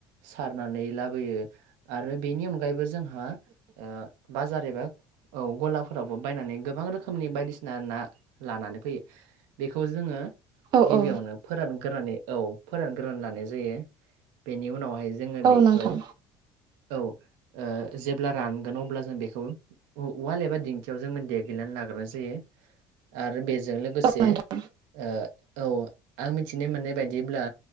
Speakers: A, on the right; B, on the right.
A: सारनानै लाबोयो। आरो बेनि अनगायैबो जोंहा ओ बाजार एबा औ गलाफोरावबो बायनानै गोबां रोखोमनि बायदिसिना ना लानानै फैयो। बेखौ जोङो
B: औ
A: गिबियावनो
B: औ
A: फोरानग्रोनानै औ फोरानग्रोनानै लानाय जायो बेनि उनावहाय जोङो
B: औ
A: बेखौ
B: नोंथां
A: औ ओ जेब्ला रानगोन अब्ला जों बेखौ उवाल एबा दिंखियाव जोङो देग्लिनानै लाग्राय जायो आरो बे जों लोगोसे
B: औ नोंथां
A: ओ औ आं मिथिनो मोननाय बायदिब्ला